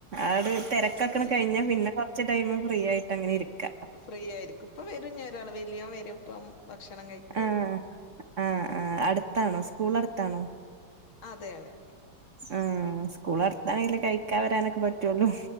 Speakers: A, on the right; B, on the left.
A: ആവിട് തിരക്കെക്കണ്
B: അതെ
A: കഴിഞ്ഞ പിന്നെ കൊറച്ച് ടൈം ഫ്രീ ആയിട്ട് അങ്ങനെ ഇരിക്കാം
B: ഫ്രീ ആയിരിക്കും ഇപ്പൊ വരും ഒരാള് വലിയോൻ വരും ഇപ്പം ഭക്ഷണം കഴിക്കാന്
A: ആഹ് ആഹ് ആഹ് അടുത്താണോ സ്കൂൾ അടുത്താണോ
B: അതെയതെ
A: ആഹ് സ്കൂളൾ അടുത്താണെങ്കിലേ കഴിക്കാൻ വരാനൊക്കെ പറ്റുള്ളൂ